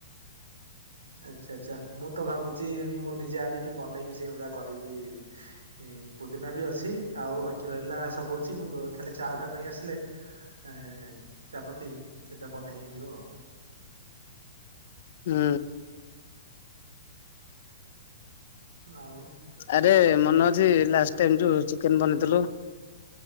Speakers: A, on the right; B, on the left.
A: ଆଚ୍ଛା ଆଛା ମୁଁ ତ ଭାବୁଛି ମୁଁ ନିଜେ ଆଣିକି ବନେଇବି ସେଇଭଳିଆ କରିବି। ଏ ପୁଦିନା ବି ଅଛି ଆଉ ବାକି ରହିଲା ସବୁ ଅଛି ବୁ ବୁ ଖାଲି ଚା ଟା ନେଇ ଆସିଲେ ଏ ଚାପତି ସେଇଟା ବନେଇ ହେଇଯିବ ଆଉ।
B: ହୁଁ।
A: ଆଉ।
B: ଆରେ ମନେ ଅଛି ଲାଷ୍ଟ ଟାଇ ଯୋଉ ଚିକେନ ବନେଥିଲୁ।